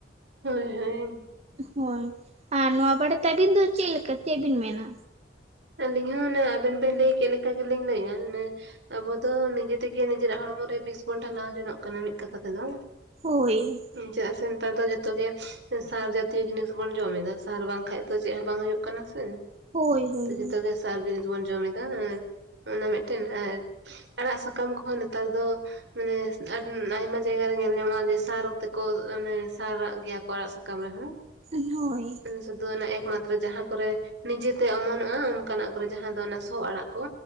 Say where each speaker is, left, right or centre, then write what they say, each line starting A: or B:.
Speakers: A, on the right; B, on the right.
A: ᱦᱳᱭ ᱦᱳᱭ
B: ᱦᱳᱭ ᱟᱨ ᱱᱚᱣᱟ ᱵᱟᱨᱮᱛᱮ ᱟᱹᱵᱤᱱ ᱫᱚ ᱪᱮᱫ ᱞᱮᱠᱟ ᱪᱮᱫ ᱵᱤᱱ ᱢᱮᱱᱟ
A: ᱟᱹᱞᱤᱧ ᱦᱚᱸ ᱚᱱᱮ ᱟᱵᱮᱱ ᱵᱮᱱ ᱞᱟᱹᱭ ᱠᱮᱫ ᱞᱮᱠᱟ ᱜᱮᱞᱤᱧ ᱞᱟᱹᱭᱮᱜᱼᱟ ᱚᱱᱮ ᱟᱵᱚ ᱫᱚ ᱱᱤᱡᱮ ᱛᱮᱜᱮ ᱱᱤᱡᱮᱨᱟᱜ ᱦᱚᱲᱢᱚ ᱨᱮ ᱵᱮᱥ ᱵᱚᱱ ᱴᱷᱟᱞᱟᱣ ᱡᱚᱱᱚᱜ ᱠᱟᱱᱟ ᱢᱤᱫ ᱠᱟᱛᱷᱟ ᱛᱮᱫᱚ᱾
B: ᱦᱳᱭ
A: ᱪᱮᱫᱟᱜ ᱥᱮ ᱱᱮᱛᱟᱨ ᱫᱚ ᱡᱷᱚᱛᱚ ᱜᱮ ᱥᱟᱨ ᱪᱮᱫᱟᱜ ᱥᱮ ᱱᱮᱛᱟᱨ ᱫᱚ ᱡᱚᱛᱚ ᱜᱮ ᱥᱟᱨ ᱡᱟᱛᱤᱭᱚ ᱡᱤᱱᱤᱥ ᱵᱚᱱ ᱡᱚᱢ ᱮᱫᱟ ᱥᱟᱨ ᱵᱟᱝᱠᱷᱟᱡ ᱛᱚ ᱪᱮᱫ ᱦᱚᱸ ᱵᱟᱝ ᱠᱟᱱᱟ ᱥᱮ
B: ᱦᱳᱭ᱾ ᱦᱳᱭ
A: ᱱᱤᱛᱚᱜ ᱡᱚᱛᱚ
B: ᱦᱳᱭ
A: ᱜᱮ ᱥᱟᱨ ᱡᱤᱱᱤᱥ ᱵᱚᱱ ᱡᱚᱢ ᱮᱫᱟ ᱚᱱᱟ ᱢᱤᱫᱴᱮᱱ ᱟᱨ ᱟᱲᱟᱜ ᱥᱟᱠᱟᱢ ᱠᱚᱦᱚᱸ ᱱᱮᱛᱟᱨ ᱫᱚ᱾ ᱢᱟᱱᱮ ᱟᱭᱢᱟ ᱡᱟᱭᱜᱟ ᱨᱮ ᱧᱮᱞ ᱧᱟᱢᱚᱜᱼᱟ ᱡᱮ ᱥᱟᱨ ᱚᱠᱛᱮᱠᱚ ᱢᱟᱱᱮ ᱥᱟᱨᱟᱜ ᱜᱮᱭᱟ ᱠᱚ ᱟᱲᱟᱜ ᱥᱟᱠᱟᱢ ᱨᱮᱦᱚᱸ
B: ᱦᱩᱭ
A: ᱥᱩᱫᱩ ᱮᱠᱢᱟᱛᱨᱚ ᱡᱟᱦᱟᱸ ᱠᱚᱨᱮ ᱱᱤᱡᱮᱛᱮ ᱚᱢᱚᱱᱚᱜ ᱾ ᱚᱱᱠᱟᱱᱟᱜ ᱠᱚᱨᱮ ᱡᱟᱦᱟᱸ ᱫᱚ ᱚᱱᱟ ᱥᱚ ᱟᱲᱟᱜ ᱠᱚ